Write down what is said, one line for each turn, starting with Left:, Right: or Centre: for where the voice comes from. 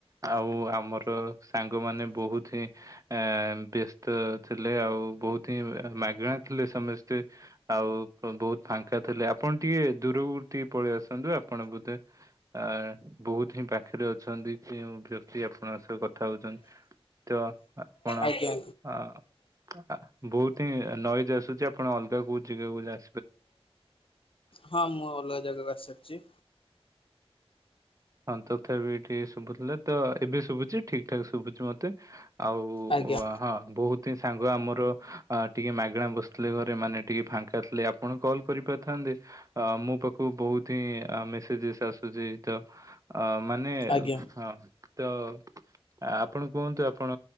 Right: ଆଉ ଆମର ସାଙ୍ଗମାନେ ବହୁତ ହିଁ ଆ ବ୍ୟସ୍ତ ଥିଲେ। ଆଉ ବହୁତ ହିଁ ମାଗଣା ଥିଲେ ସମସ୍ତେ। ଆଉ ବହୁତ ଫାଙ୍କା ଥିଲେ, ଆପଣ ଟିକେ ଦୂରକୁ ଟିକେ ପଳେଇ ଆସନ୍ତୁ, ଆପଣ ବୋଧେ ଆ ବୋହୁତ୍ ହିଁ ପା ପାଖରେ ଅଛନ୍ତି କେଉଁ ବ୍ୟକ୍ତି? ଆପଣଙ୍କ ସହ କଥା ହଉଛନ୍ତି? ତ ଆପଣ
Left: ଆଜ୍ଞା
Right: ହଁ ବହୁତ ହିଁ ନଈଜ ଆସୁଛି ଆପଣ ଅଲଗା କୋଉ ଜାଗାକୁ ଯାଆନ୍ତୁ।
Left: ହଁ, ମୁଁ ଅଲଗା ଜାଗାକୁ ଆସିସାରିଛି।
Right: ହଁ ତଥାବି ଟିକେ ଶୁଭୁଥିଲେ ତ ଏବେ ଶୁଭୁଛି ଠିକ୍ ଠାକ୍ ଶୁଭୁଛି ମତେ। ଆଉ
Left: ଆଜ୍ଞା
Right: ହଁ ବହୁତ ତିନି ସାଙ୍ଗ ଆମର ଟିକେ ମାଗଣା ବସିଥିଲେ ଘରେ ମାନେ ଟିକେ ଫାଙ୍କା ଥିଲେ ଆପଣ କଲ୍ କରିପାରିଥାନ୍ତେ। ତି ଅ ମୋ ପାଖକୁ ବହୁତ ହିଁ ମେସେଜେସ୍ ଆସୁଛି ତ ଅ ମାନେ
Left: ଆଜ୍ଞା
Right: ହଁ ତ ଆପଣ କୁହନ୍ତୁ ଆପଣ